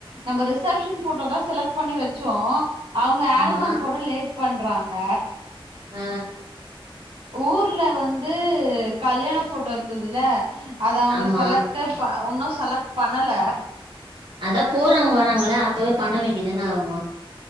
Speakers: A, on the right (about 90°); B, on the right (about 55°).
A: நம்ம ரிசப்ஷன் போட்டோ தா செலக்ட் பண்ணி வச்சோ அவங்க
B: ஆமா
A: ஆல்பம் போட லேட் பண்றாங்க
B: ஆ
A: ஊர்ல வந்து கல்யாண ஃபோட்டோ இருந்ததுல அத அவங்க
B: ஆமா
A: செலக்டேப ஒன்னு செலக்ட் பண்ணல
B: அதா போறாங்க வராங்கள அப்பவே பண்ண வேண்டியதுதான அவுங்க